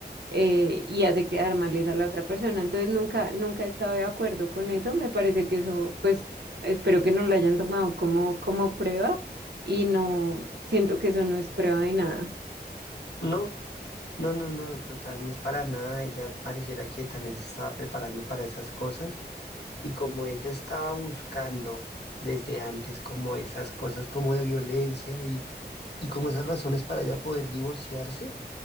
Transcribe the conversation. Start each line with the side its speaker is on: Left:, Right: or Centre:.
Right: eh, y hace quedar mal es a la otra persona. Entonces nunca, nunca he estado de acuerdo con eso. Me parece que eso, pues, espero que no lo hayan tomado como, como prueba y no siento que eso no es prueba de nada.
Left: No, No, no, no, total, no es para nada. Ella pareciera que también se estaba preparando para esas cosas y como ella estaba buscando desde antes como esas cosas como de violencia y, y como esas razones para ya poder divorciarse,